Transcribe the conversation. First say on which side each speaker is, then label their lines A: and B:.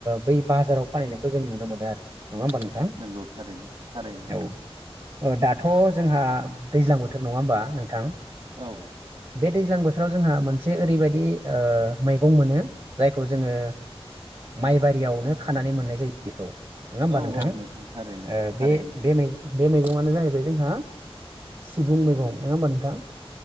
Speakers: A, on the right; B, on the right.
A: बै बाजाराव फाननैनायखौ जों नुनो मोनो आरो नङा होमबा नोंथां
B: नंगौ थारैनो-थारैनो।
A: औ दाथ' जोंहा दैज्लां बोथोर नङा होमबा नोंथां
B: औ
A: बे दैज्लां बोथोर बोथोराव जोंहा मोनसे ओरैबायदि ओ मैगं मोनो जायखौ जोङो माइबारियावनो खानानै मोननाय जायो बेखौ नङा होमबा
B: औ
A: नोंथां
B: औ थारैनो
A: ओ
B: थारैनो
A: बे -बे मैगं बे मैगंआानो जाहैबाय जोंहा सिबुं मैगं नङा होमबा नोंथां